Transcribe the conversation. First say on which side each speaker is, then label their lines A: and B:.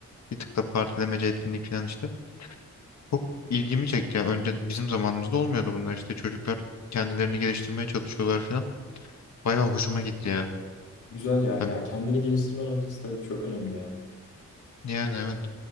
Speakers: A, on the left; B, on the left.
A: Bir tık da partilemece etkinlik falan işte. Çok ilgimi çekti ya. Önce bizim zamanımızda olmuyordu bunlar işte. Çocuklar kendilerini geliştirmeye çalışıyorlar falan. Bayağı hoşuma gitti ya.
B: Güzel ya. Ya
A: Ya-
B: kendini geliştirme noktası tabii ki çok önemli ya.
A: Yani evet.